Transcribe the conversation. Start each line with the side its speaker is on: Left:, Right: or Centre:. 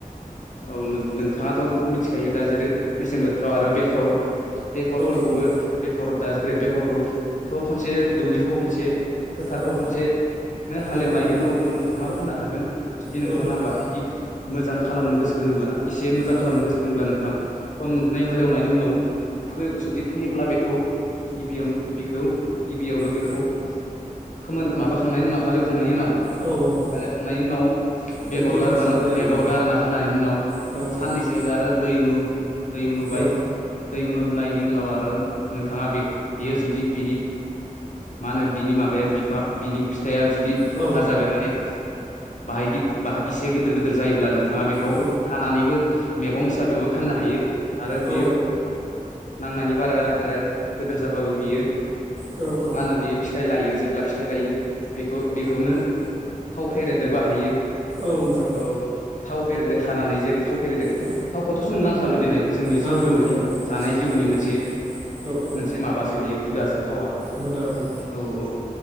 Left: औ नोंथाङाथ' मिथिखायो दा जेरै मेसें बोथोराव आरो बेसर बेगरफोरखौबो
Right: नंगौ
Left: बेगर दा जेरै बेगरखौथ' खनसे दुब्लिखौ खनसे फोथारखौ
Right: औ
Left: खनसेनो हालेवनायनि
Right: एवनानै
Left: उनावबो नोंथाङा
Right: औ
Left: फोनो हागोन जुदि नोंथाङा
Right: नोंथां
Left: बाहाय मोजां खालामनो गोसो दंब्ला एसे मोजां
Right: औ
Left: खालामनो गोसो होनब्ला नोंथाङा हननै हालेवनायनि उनाव जुदि फैयोब्ला बेखौ गिबियाव बिखौ गिबियावनो बेखौ
Right: औ
Left: फोमोन माबाखांनायनि उनाव हालेवखांनायनि उनाव
Right: औ औ
Left: हालेवखांनायनि उनाव
Right: ओमफ्राय
Left: बेगर
Right: बेगरखौ
Left: गारबानो
Right: सारनाय
Left: बेगर गारना होनायनि उनाव
Right: जायो आरोना
Left: साननैसो आरो दैमु दैमु नुबाय
Right: औ
Left: दै उन होनायनि उनाव आरो नोंथाङा बे बियो जुदि बिनि मा होनो बिनि माबाया बिफा बिनि फिथाइया जुदि
Right: औ
Left: गाजा बेरनानै बाहायदि बाहाय इसे गिदिर गिदिर जायोब्ला नों थाङा बेखौ
Right: औ
Left: खानानैबो मैगं हिसाबैबो फाननो हायो आरो
Right: औ
Left: बेयो नांनायनि बाराद्राय गोदोर जाबाबो बियो मा
Right: औ औ
Left: होनो बियो फिथाइ लायो जेब्ला फिथाइ लायो बेखौ बेखौनो थाव फेरेदनोबो हायो
Right: औ दा
Left: औ थाव फेरेदो हानानै जेरै थाव फेरेदों
Right: औ
Left: थावखौथ' जोंनो नांखागो दिनै जोंनि
Right: नांगौ
Left: सानफ्रोमबोनि
Right: नोंथां औ
Left: जानाय जिउनि
Right: नंगौ
Left: मोनसे
Right: औ औ औ
Left: मोनसे माबासो बियो हुदासो थावा
Right: औदा औ
Left: औ औ